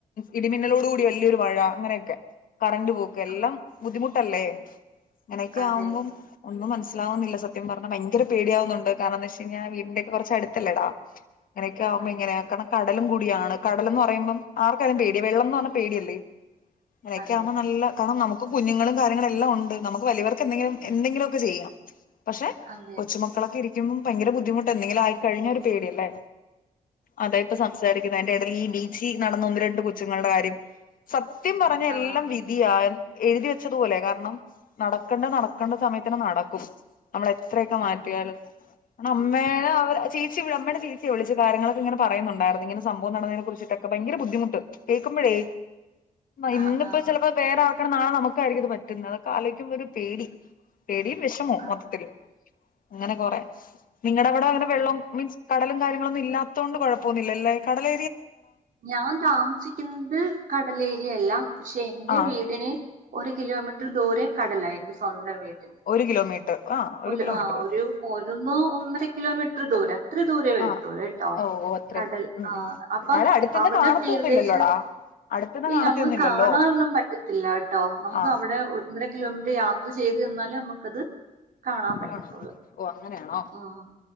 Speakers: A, on the left (about 80°); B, on the right (about 70°).
A: ഇടിമിന്നലോട് കൂ ടി വല്ല്യൊരു മഴ അങ്ങനെയൊക്കെ കറന്റ് പോക്ക് എല്ലാം
B: ആ,
A: ബുദ്ധിമുട്ടല്ലേ ഇങ്ങനെയൊക്കെ
B: അതെ
A: ആവുമ്പം ഒന്ന് മനസ് ലാവുന്നില്ല സത്യം പറഞ്ഞാ ഭയങ്കര പേടിയാവുന്നുണ്ട് കാരണം എന്താ വെച്ച് കഴിഞ്ഞാ വീടിന്റെ ഒക്കെ കുറച്ച് അടുത്തല്ലെ ഡാം ഇങ്ങനെയൊക്കെ ആവുമ്പോ
B: അതെ
A: ഇങ്ങനെ കാരണം കടലും കൂടിയാണ് കടല് എന്ന് പറയുമ്പം ആർക്കായാലും പേടിയ വെള്ളം എന്ന് പറഞ്ഞാ പേടിയല്ലേ അങ്ങനെയൊക്കെ
B: അതെ
A: ആവുമ്പോ നല്ല കാരണം നമു ഇക്ക് കുഞ്ഞുങ്ങളും കാര്യങ്ങളല്ലാം ഉണ്ട് നമുക്ക് വലിയവർക്ക് എന്തെങ്കിലും എന്തെങ്കിലും ഒക്കെ ചെയ്യാം പക്ഷെ
B: അതെ
A: കൊച്ചുമക്കളൊക്കെ
B: അതെ
A: ഇരിക്കുമ്പം ഭയങ്കര ബുദ്ധിമുട്ട് എന്തെങ്കിലും ആയിക്കഴിഞ്ഞാ ഒരു പേടിയല്ലേ അതെ ഇപ്പ സംസാരിക്കുന്നത് അയിൻ്റെ എടേൽ ഈ ബീച്ചി നടന്ന ഒന്ന് രണ്ട് കൊച്ചുങ്ങളുടെ കാര്യം സത് ത്യം പറഞ്ഞ
B: ആ
A: എല്ലാം വിധിയാ എഴുതി വെച്ചതുപോലെ കാരണം നടക്കണ്ടത് നടക്കേണ്ട സമയത്തിന് നടക്കും നമ്മള് എത്രയൊക്കെ മാറ്റിയാലും
B: അതെ
A: ണം അമ്മേനെ അവരെ ചേച്ചി അമ്മേടെ ചേച്ചിയ വിളിച്ച് കാര്യങ്ങളൊക്കെ ഇങ്ങനെ പറയുന്നുണ്ടായിരുന്നു ഇങ്ങനെ സംഭവം നടന്നതിനെ കുറിച്ചിട്ടൊക്കെ ഭ ഭയങ്കര ബുദ്ധിമുട്ട് കേക്കുമ്പഴേ ഇന്നിപ്പോ
B: ആ ആ
A: ചിലപ്പോ വേറെ ആ നാളെ നമുക്കായിരിക്കും ഇത് പറ്റുന്നത് അതൊക്കെ ആലോചിക്കുമ്പ ഒരു പേടി പേടിയും വിഷ മൊത്തത്തില്
B: ആ
A: അങ്ങനെ കുറേ നിങ്ങടെ അവിടെ അങ്ങനെ വെള്ളം മീൻസ് കടലും കാര്യങ്ങളൊന്നും ഇല്ലാത്തോണ്ട് കൊഴപ്പൊന്നുല്ലല്ലേ കടല്
B: ഞാൻ താമസിക്കുന്നത് കടലേരിയയല്ല പക്ഷെ എന്റെ
A: ആ
B: വീടിന് ഒരു കിലോമീറ്റർ ദൂരെ കടലാ എന്റെ സ്വന്തം വീട്
A: ഒരു കിലോമീറ്റർ ആ
B: ഒരു
A: കിലോമീറ്റർ
B: ആ
A: വരും
B: ഒരു ഒന്ന് ഒന്നര കിലോമീറ്റർ ദൂരം അത്ര ദൂരവെ വരുത്തള്ളൂ
A: ആ
B: എട്ടോ
A: ഓ ഓ അത്രയും
B: കടൽ
A: ഉം
B: ആ
A: ഉം
B: അപ്പൊ
A: എന്നാലും അടുത്തന്നെ
B: അവിടെ
A: കാണത്തൊന്നുമില്ലല്ലോടാ
B: തീരദേശം
A: അടുത്തന്ന്
B: ഇല്ല
A: കാണത്തൊന്നുമില്ലല്ലോ
B: നമുക്ക് കാണാനൊന്നും പറ്റത്തില്ല കേട്ടോ നമുക്ക്
A: ആ
B: അവിടെ ഒന്നര കിലോമീറ്റർ യാത് ത്ര ചെയ്ത് തന്നാലേ നമുക്കത് കാണാൻ പറ്റത്തുള്ളൂ
A: കാണാം ഓ അങ്ങനെയാണോ
B: ഉം